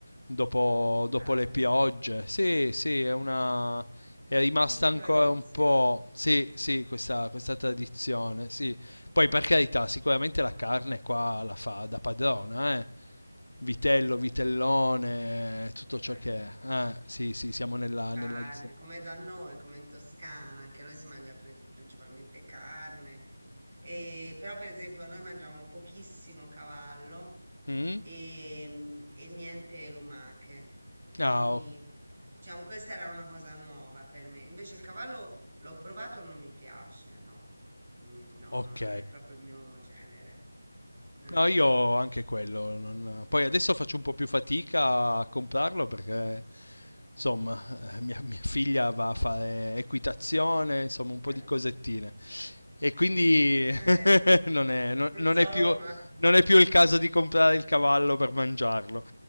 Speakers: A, on the left; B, on the right.
A: dopo,
B: Dai,
A: dopo le
B: è
A: piogge. Sì, sì, è una... È rimasta
B: una
A: ancora
B: tradizione,
A: un po', sì, sì, questa, questa tradizione, sì. Poi per carità, sicuramente la carne qua la fa da padrona, eh. Vitello,
B: cioè,
A: vitellone, tutto
B: vabbè.
A: ciò che è. Eh, sì, sì, siamo nella,
B: Carne,
A: nella zona.
B: come da noi, come in Toscana, anche noi si mangia pri- principalmente carne, e, però per esempio noi mangiamo pochissimo cavallo
A: Mm?
B: e, mm, e niente lumache, quindi
A: Ah, ok.
B: diciamo questa era una cosa nuova per me, invece il cavallo l'ho provato, non mi piace, no, Mm, no,
A: Ok,
B: no, non è proprio il mio genere. Eh.
A: No, io anche quello. non- Poi adesso faccio un po' più fatica a comprarlo perché, insomma, eh, mia, mia figlia va a fare equitazione, insomma, un po'
B: <laughs>
A: di cosettine. E quindi <laughs>
B: Eh?
A: non è, non- non
B: Insomma.
A: è più, non è più il caso di comprare il cavallo per mangiarlo.